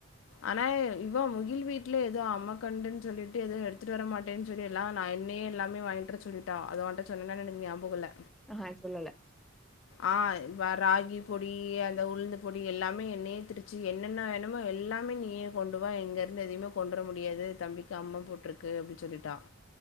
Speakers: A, on the left; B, in the centre.
A: ஆனா இவே முகில் வீட்ல ஏதோ அம்மே கண்டுன்னு சொல்லிட்டு ஏதோ எடுத்துட்டு வர மாட் டேனு சொல்லி எல்லா நா என்னேயே எல்லாமே வாங்கிட்டு வர சொல்ட்டா அத உன்ட்ட சொன்னனான் எனக் ஞாபகோ இல்ல
B: அஹா இத சொல்லல்ல
A: ஆ வ ராகி பொடி அந்த உளுந்து பொடி எல்லாமே என்னையே திரிச்சு என்னென்ன வேணுமோ எல்லாமே நீ நீயே கொண்டு வா இங்க இருந்து எதையுமே கொன்டற முடியாது தம்பிக்கு அம்மா போட்டிருக்கு அப்டி சொல்லிட்டா